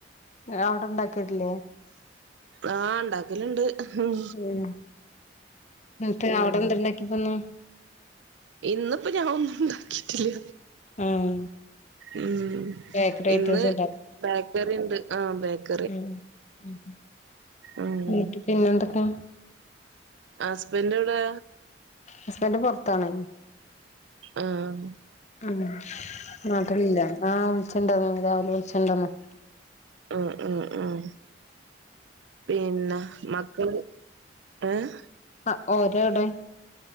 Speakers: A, on the left; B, on the right.
A: ഇങ്ങളവടെ ഇണ്ടാക്കലില്ലേ
B: ആഹ് ഇണ്ടാക്കല് ഇണ്ട് ഉം
A: ഏഹ് ഇന്ന്ട്ട് അവടെ എന്താ ഇണ്ടാക്കി ഇപ്പന്ന്
B: ഇന്ന് ഇപ്പൊ ഞങ്ങള് ഒന്നും ഇണ്ടാക്കിറ്റില്യ
A: ആഹ്
B: ഉം ഉം
A: ബേക്കറി ഐറ്റംസ്
B: ഇന്ന് ബേക്കറി ഇണ്ട് ആഹ് ബേക്ക
A: ഉം ഉം
B: ഉം
A: എന്നട്ട് പിന്നെ എന്താക്കാ
B: ഹസ്ബെൻഡ് എവടെ
A: ഹസ്ബൻഡറ്റ് പാെർത്താണേ
B: ആഹ്
A: ആഹ് മാറ്റ്ണില്ലേ ആഹ് വിളിച്ച് ഇണ്ടായിരുന്നു രാവിലെ വിളിച്ച് ഇണ്ടായിരുന്നു
B: ഉം ഉം ഉം പിന്നെ മക്കള് ഏഹ്
A: ആഹ് ഓര് എവടെ